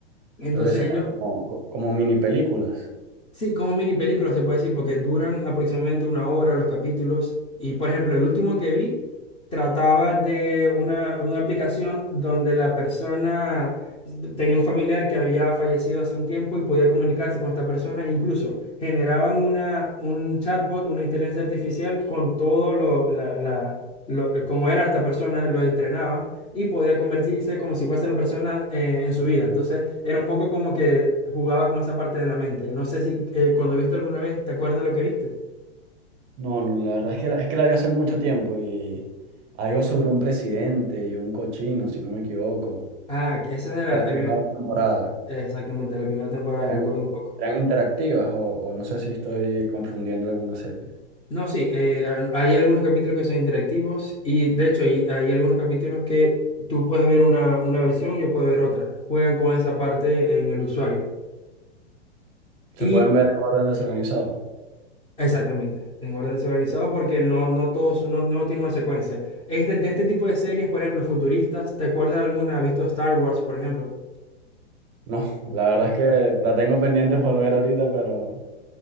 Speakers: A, on the left; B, on the right.
A: Entonces
B: lo que sea,
A: ellos
B: como, como mini películas.
A: Sí, como mini películas se puede decir, porque duran aproximadamente una hora los capítulos. Y por ejemplo, el último que vi trataba de una, una aplicación donde la persona tenía un familiar que había fallecido hace un tiempo y podía comunicarse con esta persona. Incluso generaban una, un chatbot, una inteligencia artificial con todo lo, la, la- lo- como era esta persona, lo entrenaban y podía convertirse como si fuese la persona eh, en su vida. Entonces era un poco como que jugaba con esa parte de la mente. No sé si eh, cuando viste alguna vez, ¿te acuerdas de lo que viste?
B: No, no, la verdad es que, la- es que la vi hace mucho tiempo y algo sobre un presidente y un cochino, si no me equivoco,
A: Ah, que esa era
B: de las primeras
A: eh, me-
B: temporadas.
A: exactamente la primera temporada,
B: Eran,
A: recuerdo un poco.
B: eran interactivas o, o no sé si estoy confundiendo alguna serie.
A: No, sí, eh, al- hay algunos capítulos que son interactivos y de hecho hay, hay algunos capítulos que tú puedes ver una, una versión, yo puedo ver otra. Juegan con esa parte en el usuario.
B: Se
A: Y
B: pueden ver en orden desorganizado.
A: Exactamente, en orden desorganizado porque no, no todos, no, no tiene una secuencia. Este, de este tipo de series, por ejemplo, futuristas, ¿te acuerdas de alguna? ¿Has visto Star Wars, por ejemplo?
B: No, la verdad es que la tengo pendiente por ver ahorita, pero